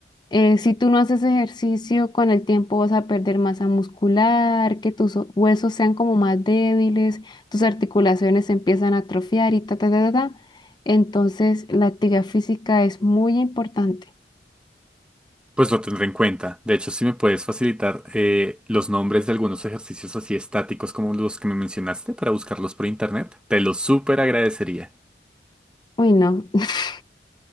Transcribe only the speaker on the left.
eh, si tú no haces ejercicio, con el tiempo vas a perder masa muscular, que tus o- huesos sean como más débiles, tus articulaciones se empiezan a atrofiar y ta, ta, ta, ta, ta. Entonces, la actividad física es muy importante.
Uy, no. <laughs>